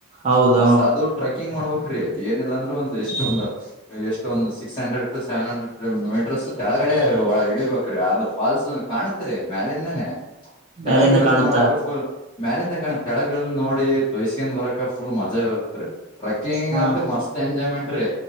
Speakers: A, on the right; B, on the left.
A: ಹೌದು
B: ಮಸ್ತ್ ಆದುರೆ ಬಕ್ಕಿಂಗ್ ಮಾಡ್ಬೇಕಕ್ ಏನಿಲ್ಲ ಅಂದ್ರೂ ಒಂದು ಎಷ್ಟ ಒಂದಂದು ಎಷ್ಟ ಒಂದು six hundred to seven hundred ಮೀಟ್ರ ಕೆಳಗಡೆ ಒ ಇಳಿಬೇಕ್ರೀ ಅದು ಫಾಲ್ಸ್ ಕಾಣತ್ರಿ ಮೇಾಲಿಂದನನೆ ಕೆಳಗ್
A: ಮೇಲಿಂದ
B: ಹೇಳುದ
A: ಕಾಣುತ್ತಾ
B: ನೋಡಕಫಲ್ ಮ್ಯಾಲಿಂದ ಕಣ ತಳಗಳಿ ನೋಡಿ ತೋಯ್ಕೊಂಡ ಬರಕ ಫುಲ್ ಮಜಾ ಇರ್ತ್ರಿ ಟ್ರಕ್ಕಿಂಗ್
A: ಹ
B: ಅಂತೂ ಮಸ್ತ್ ಎಂಜಾಯ್ಮೆಂಟ್ ರೀ